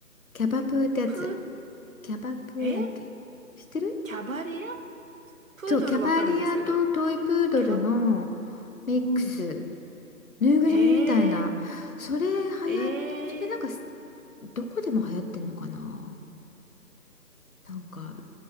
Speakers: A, on the left (about 60°); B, on the right (about 55°).
A: キャバプーってやつ。
B: プー、
A: キャバプーだっけ
B: え
A: 知ってる
B: キャバリアプードルわかるんですけど、
A: そう、キャバリアとトイプードルの
B: キャ、
A: ミックス。
B: うん。
A: ぬいぐるみみたいな。
B: へえ、
A: それはやそれなんか、
B: ええ、
A: どこでも流行ってんのかななんか、